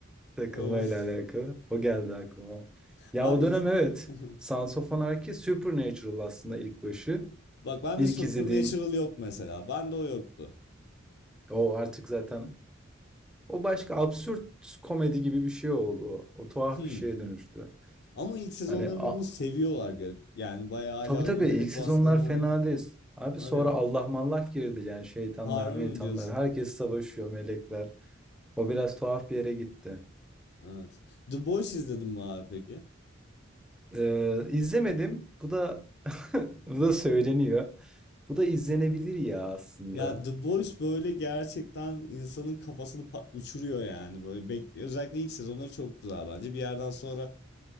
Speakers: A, in the centre; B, on the left.
A: takılmayla
B: Of.
A: alakalı. O geldi aklıma. Ya
B: Abi
A: o dönem
B: ilk...
A: evet.
B: <laughs>
A: Sons of Anarchy Supernatural aslında ilk başı.
B: Bak ben
A: İlk
B: de Supernatural
A: izlediğim
B: yok mesela. Ben de o yoktu.
A: o artık zaten o başka absürt komedi gibi bir şey oldu. O, o tuhaf
B: Hmm.
A: bir şeye dönüştü.
B: Ama ilk sezonların
A: Hani a,
B: onu seviyorlar garip. Yani bayağı hala
A: tabii tabii
B: övülerek
A: ilk sezonlar
B: bahsedenler
A: fena
B: var.
A: değil. Abi
B: Hadi
A: sonra
B: ya.
A: Allah mallak girdi yani şeytanlar
B: Harbi
A: meytanlar
B: mi diyorsun?
A: herkes savaşıyor melekler. O biraz tuhaf bir yere gitti.
B: Evet. The Boys izledin mi abi peki?
A: Eee, izlemedim. Bu da <laughs> bu da söyleniyor. Bu da izlenebilir ya aslında.
B: Ya The Boys böyle gerçekten insanın kafasını pa- uçuruyor yani böyle bek- özellikle ilk sezonları çok güzel bence bir yerden sonra